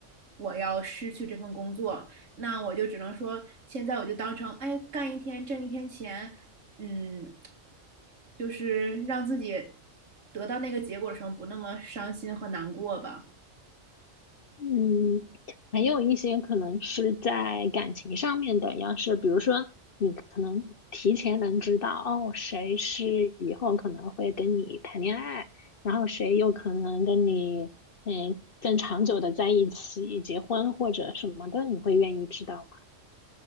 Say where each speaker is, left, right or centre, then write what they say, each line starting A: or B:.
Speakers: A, on the right; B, on the left.
A: 我要失去这份工作。那我就只能说，现在我就当成，哎，干一天挣一天钱，嗯，就是让自己得到那个结果的时候不那么伤心和难过吧。
B: 嗯，还有一些可能是在感情上面的，要是比如说你可能提前能知道哦，谁是以后可能会跟你谈恋爱，然后谁有可能跟你嗯更长久的在一起结婚或者什么的，你会愿意知道吗？